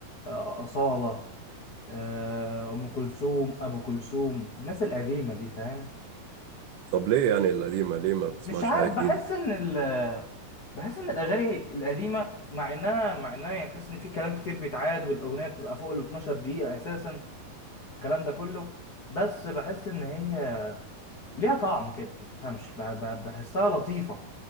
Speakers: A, on the left; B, on the right.
A: آه، أصالة آه، ام كلثوم ابو كلثوم الناس القديمه دي فاهم
B: طب ليه يعني القديمه ليه ما بتسمعش
A: مش عارف
B: حاجه جديده
A: بحس ان ال بحس ان الاغاني القديمه مع انها مع انها يعني تحس ان في كلام كتير بيتعاد والاغنيه بتبقى فوق ال 12 دقيقه اساسا والكلام ده كله بس بحس ان هي ليها طعم كده ما تفهمش ب- ب- بحسها لطيفه